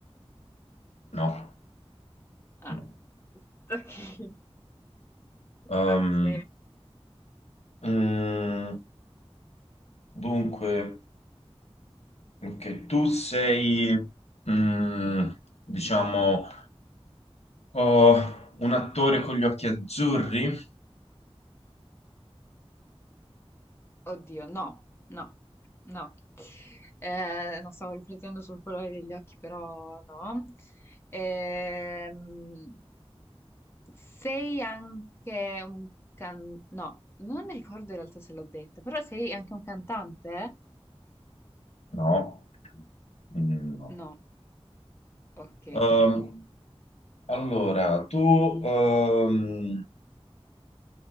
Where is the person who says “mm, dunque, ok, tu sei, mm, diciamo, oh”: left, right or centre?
Left